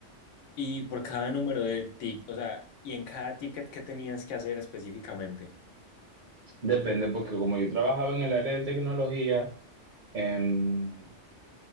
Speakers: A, on the left (about 80°); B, on the right (about 50°).
A: Y por cada número de tick, o sea, y en cada ticket que tenías que hacer específicamente.
B: Depende porque como yo trabajaba en el área de tecnología, em,